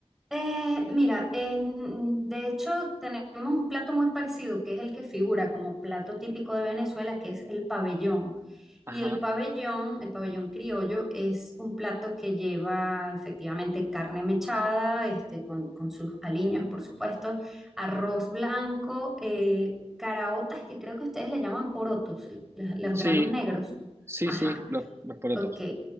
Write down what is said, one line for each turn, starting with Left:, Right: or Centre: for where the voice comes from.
Centre: Eh, mira, en- de hecho tenemos un plato muy parecido, que es el que figura como plato típico de Venezuela, que es el pabellón.
Right: Ajá.
Centre: Y el pabellón, el pabellón criollo, es un plato que lleva efectivamente carne mechada, este, con, con sus aliños, por supuesto, arroz blanco, eh, caraotas, que creo que ustedes le llaman porotos, los, los
Right: Sí,
Centre: granos negros.
Right: sí,
Centre: Ajá.
Right: sí, los, los porotos.
Centre: Ok,